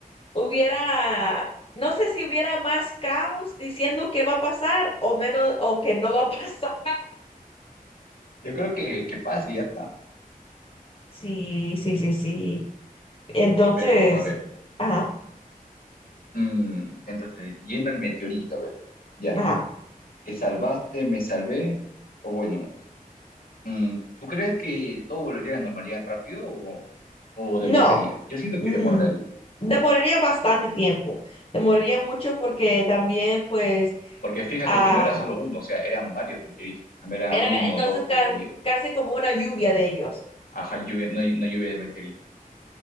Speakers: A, on the left (about 40°); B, on the left (about 80°).
A: hubiera, no sé si hubiera más caos diciendo que va a pasar o menos, o que no va a <laughs> pasar.
B: Yo creo que, que pasa y ya está.
A: Sí, sí, sí, sí. Entonces,
B: Pero a ver,
A: ajá,
B: mm, entonces, yendo al meteorito, a ver, ya,
A: ajá.
B: ¿te salvaste, me salvé? O bueno, mm, ¿tú crees que todo volvería a la normalidad rápido o, o demoraría?
A: No,
B: Yo siento
A: mm,
B: que demoraría.
A: demoraría bastante tiempo. Demoraría mucho porque también, pues,
B: Porque fíjate
A: Ah,
B: que no era solo uno, o sea, eran varios meteoritos. También era
A: eran
B: uno,
A: entonces
B: dos
A: ca-
B: que caían.
A: casi como una lluvia de ellos.
B: Ajá, lluvia, una, una lluvia de meteoritos.